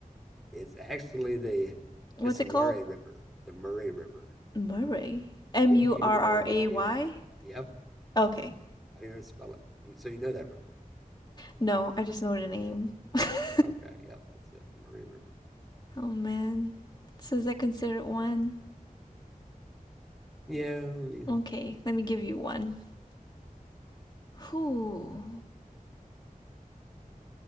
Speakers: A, in the centre; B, on the left.
A: It's actually the
B: What's
A: it's the
B: it
A: Murray
B: called?
A: River. The Murray River.
B: Murray. M
A: M
B: U
A: U
B: R R
A: R R
B: A
A: A
B: Y.
A: Y. Yep.
B: Okay.
A: I know how to spell it. You- So you know that river.
B: No, I just know
A: Okay.
B: the name. <laughs>
A: Okay. Yep. That's it. The Murray River.
B: Oh man. So is that considered one?
A: Yeah. I mean,
B: Okay, let me give you one. Whew.